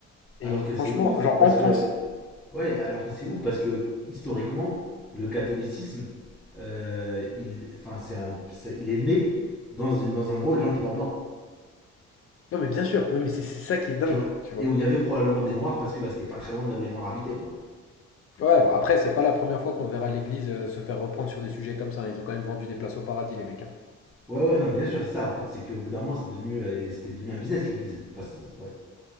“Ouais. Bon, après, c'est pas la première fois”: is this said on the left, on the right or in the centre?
Left